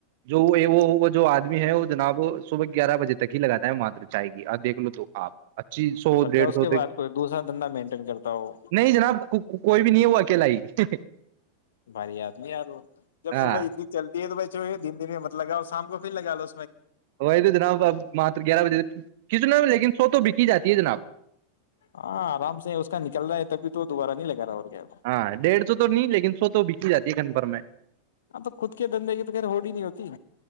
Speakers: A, on the right; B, on the left.
A: جو وہ وہ جو آدمی ہے وہ جناب صبح گار بجے تک ہی لگا ہے ماتر چاہئے گی اور دیکھ لو تو آپ اچھی سو
B: ہو سکتا
A: ڈیڑھ
B: ہے اس
A: سو
B: کے بعد
A: ت
B: کوئی دوسرا دھندا مینٹین کرتا ہو
A: نہیں جناب کوئی بھی نہیں ہے وہ اکیلا ہی پچھے
B: بھاری یاد نہیں ار جب
A: ہاں
B: صبح اتنی چلتی ہے تو ب دن دنت لگاؤ شام گوب لگاو
A: وہی تو جناب اب مات گیارہ بجے کچنا لیکن سو تو بک ہی جاتی ہے جناب
B: ہاں آرام سے اس کا نکل رہا ہے تبھی تو دوبارہ نہیں لگا رہا اور کیا
A: ہاں ڈیڑھ تو نہیں لیکن سو تو جاتی ہے گن پرھر میں
B: اب تو خود کے دندے کی تو خیر ہوڈ ہی نہیں ہوتی